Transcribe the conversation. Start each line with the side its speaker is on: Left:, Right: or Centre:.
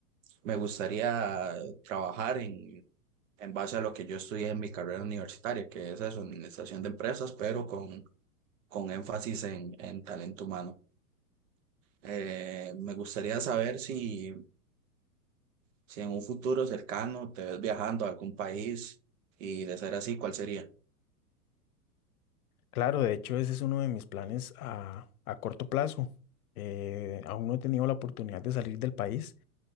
Right: me gustaría trabajar en, en base a lo que yo estudié en mi carrera universitaria, que es eso, administración de empresas, pero con, con énfasis en, en talento humano. Eh, me gustaría saber si Si en un futuro cercano te ves viajando a algún país y de ser así, ¿cuál sería?
Left: Claro, de hecho ese es uno de mis planes a, a corto plazo. Eh, aún no he tenido la oportunidad de salir del país,